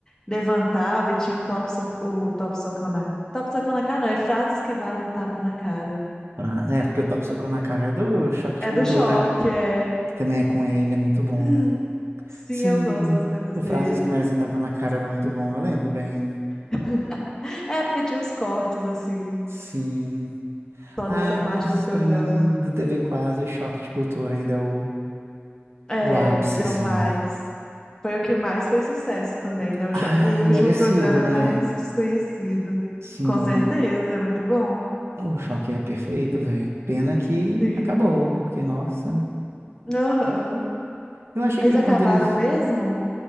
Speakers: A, on the left; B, on the right.
A: levantava e tinha o top, so, o top socão na... Top socão na cara não, é frases que valem um tapa na cara.
B: Pra- É, porque o Top Socou na Cara é do Choque de
A: É
B: Cultura,
A: do choque, é...
B: que também é com ele, é muito bom.
A: <clears throat> Sim,
B: Sim,
A: eu gosto das coisas
B: o Frases
A: dele.
B: que merecem tapa na cara era muito bom, eu lembro bem.
A: <laughs> É, porque tinha os cortes, assim,
B: Sim.
A: só
B: Ah,
A: dessa parte
B: mas
A: do programa.
B: pra mim, do TV Quase, o choque de cultura ainda é o,
A: É,
B: o ápice,
A: é
B: assim.
A: o mais... Foi o que mais fez sucesso também, né? O,
B: Ai,
A: cho- o
B: merecido,
A: último programa
B: né?
A: é mais desconhecido.
B: Sim,
A: Com certeza,
B: mas
A: é muito bom.
B: o choque é perfeito, velho. Pena que
A: Sim.
B: acabou, porque, nossa.
A: Aham.
B: Eu achei
A: Eles
B: que
A: acabaram
B: quando eles.
A: mesmo?